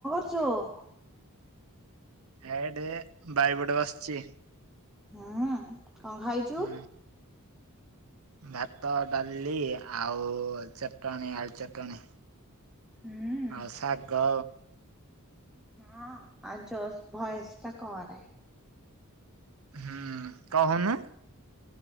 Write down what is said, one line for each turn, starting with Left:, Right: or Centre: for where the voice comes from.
Centre: ଚ <inaudible>
Right: ଏଇଠେ ବାଇପଟେ ବସିଛି।
Centre: ହୁଁ କଣ ଖାଇଛୁ?
Right: ହୁଁ ଭାତ ଡାଲି ଆଉ ଚଟଣି ଆଳୁ ଚଟଣି
Centre: ହୁଁ।
Right: ଆଉ ଶାଗ
Centre: ହଁ ଆ ଯ ଭୟସ ଟା କରେ
Right: ହୁଁ କହୁନୁ?